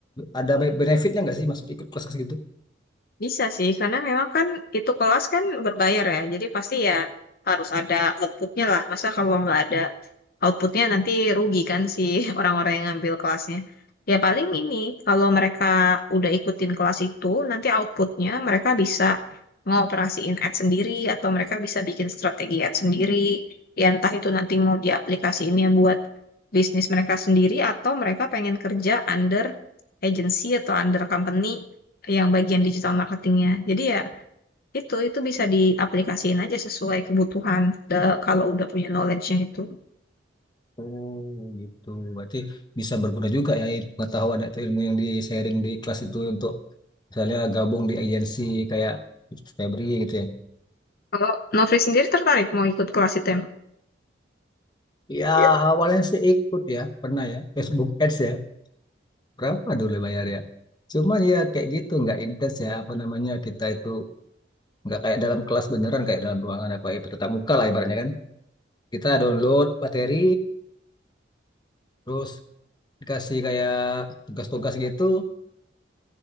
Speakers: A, on the left; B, on the left.
A: ada be- benefitnya nggak sih masuk ikut kelas kelas gitu
B: Bisa sih, karena memang kan itu kelas kan berbayar ya, jadi pasti ya harus ada outputnya lah. Masa kalau nggak ada outputnya nanti rugi kan si <laughs> orang-orang yang ngambil kelasnya. Ya paling ini, kalau mereka udah ikutin kelas itu, nanti outputnya mereka bisa ngoperasiin ad sendiri atau mereka bisa bikin strategi ad sendiri. Ya entah itu nanti mau diaplikasiinnya buat bisnis mereka sendiri atau mereka pengen kerja under agency atau under company yang bagian digital marketingnya. Jadi ya itu itu bisa diaplikasiin aja sesuai kebutuhan eh, kalau udah punya knowledge-nya itu.
A: Oh gitu, berarti bisa berguna juga ya i- pengetahuan atau ilmu yang di sharing di kelas itu untuk misalnya gabung di agensi kayak Febri gitu ya.
B: Kalau Novri sendiri tertarik mau ikut kelas itu emang?
A: Ya
B: Iya.
A: awalnya sih ikut ya, pernah ya Facebook Ads ya, berapa dulu bayar ya. Cuman ya kayak gitu nggak intens ya apa namanya kita itu nggak kayak dalam kelas beneran kayak dalam ruangan apa ya tetap muka lah ibaratnya kan kita download materi terus dikasih kayak tugas-tugas gitu